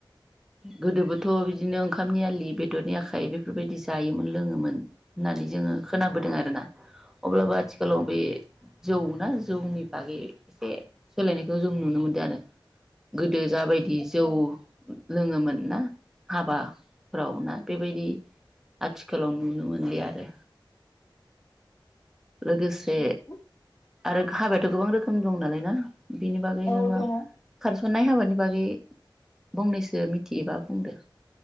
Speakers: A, in the centre; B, on the left.
A: गोदोबोथ' बिदिनो ओंखामनि आलि बेदरनि आखाइ बेफोरबायदि जायोमोन लोङोमोन। होननानै जोङो खोनाबोदों आरो ना। अब्लाबो आथिखालाव बे जौ ना जौनि बागै एसे सोलायनायखौ जों नुनो मोनदों आरो गोदो जाबायदि औ लोङोमोन ना। हाबाफोराव‌ ना? बेबायदि आथिखालाव नुमोनलिया आरो लोगोसे
B: औ
A: आरो हाबायाथ' गोबां रोखोम दं नालाय ना? बिनि बागै
B: औ
A: नोङो खार
B: दङ
A: खारसननाय हाबानि बागै फंनैसो मिथियोबा बुंदो।